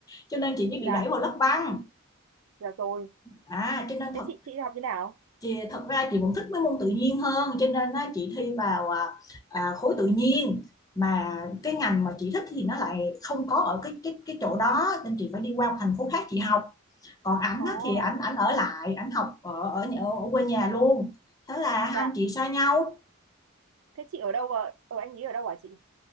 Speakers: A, on the left (about 15°); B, on the right (about 80°).
A: cho nên chị mới bị
B: Dạ,
A: đẩy vào lớp văn.
B: dạ rồi.
A: À, cho nên thật
B: Thế chị chị học như nào?
A: chị thật ra chị vẫn thích mấy môn tự nhiên hơn, cho nên á, chị thi vào à, à, khối tự nhiên mà cái ngành mà chị thích thì nó lại không có ở cái cái cái chỗ đó nên chị phải đi qua một thành phố khác chị học còn ảnh
B: Ồ,
A: á, thì ảnh ảnh ở lại ảnh học ở ở nhà- ở quê nhà luôn thế là hai
B: dạ.
A: anh chị xa nhau
B: Thế chị ở đâu ở, ở anh ấy ở đâu hả chị?